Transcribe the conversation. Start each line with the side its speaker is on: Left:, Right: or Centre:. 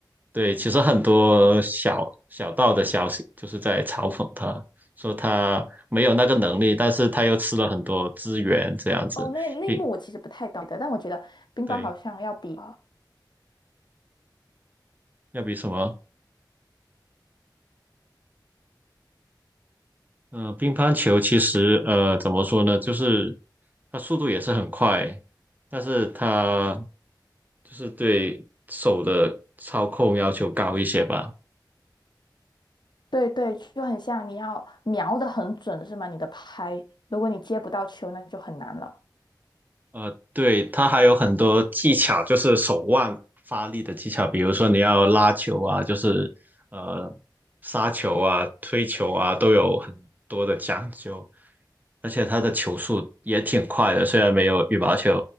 Right: 对，其实很多小小道的消息就是在嘲讽他，说他没有那个能力，但是他又吃了很多资源，这样子，
Left: 哦，那那一幕我其实不太懂的，
Right: 并
Left: 但我觉得乒乓好像要比
Right: 对，要比什么嗯，乒乓球其实呃怎么说呢，就是它速度也是很快，但是它就是对手的操控要求高一些吧。
Left: 对对，就很像你要瞄得很准，是吗？你的拍，如果你接不到球，那就很难了。
Right: 呃，对，它还有很多技巧，就是手腕发力的技巧，比如说你要拉球啊，就是呃杀球啊、推球啊，都有很多的讲究。而且它的球速也挺快的，虽然没有羽毛球